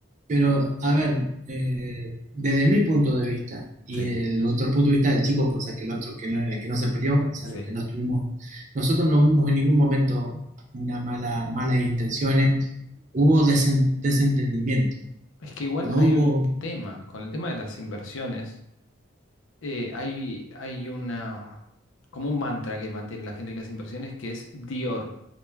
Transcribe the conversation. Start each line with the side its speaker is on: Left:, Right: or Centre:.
Right: pero a ver, eh, desde mi punto de vista y
Left: Sí,
Right: del otro punto de vista del chico, cosa que el otro que no, el que no se peleó, o sea,
Left: sí.
Right: los que no estuvimos, nosotros no vimos en ningún momento una mala, malas intenciones, hubo desen- desentendimiento,
Left: Es que igual
Right: no
Left: hay
Right: hubo,
Left: un tema con el tema de las inversiones. eh, hay, hay una, como un mantra que mantiene la gente que hace inversiones, que es Dior,